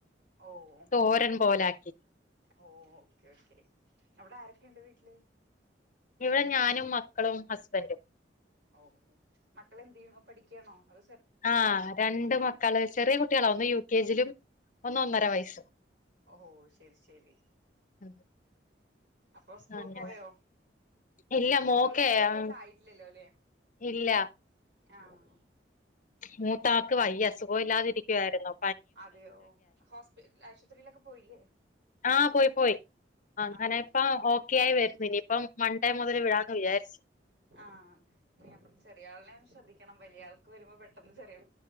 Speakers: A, on the right; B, on the left.
A: ഓ ഓ
B: തോരൻ പോലാക്കി
A: ഓ ഓക്കേ ഓക്കേ അവിടെ ആരൊക്കെുണ്ട് വീട്ടില്
B: ഇവിടെ ഞാനും മക്കളും ഹസ്ബൻ്റും
A: ഓ ഓ മക്കള് എന്ത് ചെയുണ് പഠിക്കയാണോ അത
B: ആഹ് രണ്ട് മക്കള് ചെറിയ കുട്ടികളാ ഒന്ന് യു കെ ജിലും ഒന്ന ഒന്നര വയസ്സും
A: ഓ ശരി ശരി
B: ഉം.
A: അപ്പൊ സ്കൂൾ
B: അങ്ങനെ
A: പോയോ
B: ഇല്ല മോക്കേ
A: ഒന്നര വയസായിട്ട്ട്ടില്ലോ
B: ഉം,
A: അല്ലേ
B: ഇല്ല
A: ആഹ്
B: മൂത്താക്ക് വയ്യാ സുഖം ഇല്ലാതിരിക്ക്യാവായിരുന്നു.
A: അതെയോ ഹോസ്പി ആശുപത്രിയിലൊക്കെ പോയി ഇല്ലേ
B: ആഹ് പോയി പോയി അങ്ങനെ
A: ആഹ്
B: ഇപ്പം ഓക്കെ ആയി വെരുന്നു ഇനിയിപ്പം മണ്ടേ മുതല് വിടാന്ന് വിചാരിച്ച്
A: ആഹ് ചെറിയ ആളിനെ ശ്രദ്ധിക്കണം വല്ല്യായ ആൾക്ക് വെരുമ്പോ പെട്ടെന്ന് ചെറിയാ